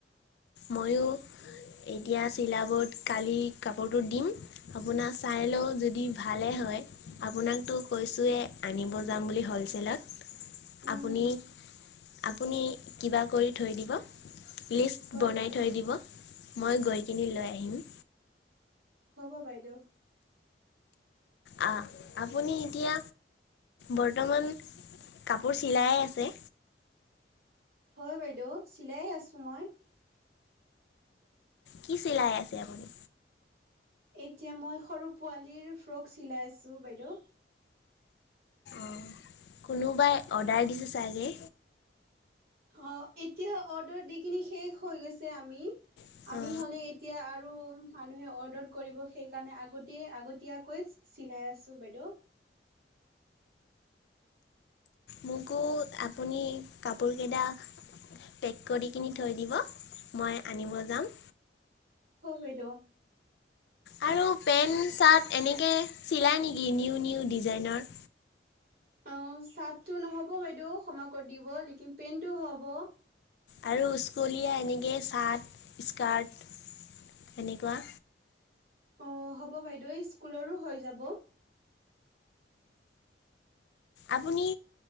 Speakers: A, on the left; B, on the right.
A: ময়ো এতিয়া চিলাবত কালি কাপোৰটো দিম আপোনাৰ চাই লও যদি ভালেই হয় আপোনাকতো কৈছোৱে আনিব যাম বুলি হ'লচেলত
B: উম
A: আপুনি আপুনি কিবা কৰি থৈ দিব। দ
B: হয় বাইদেউ
A: গিনি লৈ আহিম।
B: হ'ব বাইদেউ
A: আহ আপুনি এতিয়া বৰ্তমান কাপোৰ চিলাইে আছে।
B: হয় বাইদেউ চিলাইে আছো মই
A: কি চিলাই আছে আপুনি।
B: এতিয়া মই সৰু পোৱালীৰ ফ্ৰক চিলাই আছো বাইদেউ
A: অ কোনোবাই অৰ্ডাৰ দিছে চাগে।
B: অঁ এতিয়া অৰ্ডাৰ দি কিিনি শেষ হৈ গৈছে আমি
A: অ'
B: আমি হ'লে এতিয়া আৰু মানুহে অৰ্ডাৰ কৰিব সেইকাৰণে আগতে আগতীয়াকৈ চিলাই আছোঁ বাইদেউ।
A: মোকো আপুনি কাপোৰকেইটা পেক কৰি কিনি থৈ দিব মই আনিব যাম।
B: হয় বাইদেৱ।
A: আৰু পেণ্ট চাৰ্ট এনেকৈ চিলায় নেকি নিউ নিউ ডিজাইনৰ
B: অ চাৰ্টটো নহ'ব বাইদেউ ক্ষা কত দিব লেকিন পেন্টো হ'ব।
A: আৰু স্কুলীয়া এনেকে চাৰ্ট স্কাৰ্ট এনেকুৱা।
B: অ হ'ব বাইদেউ স্কুলৰো হৈ যাব।
A: আপুনি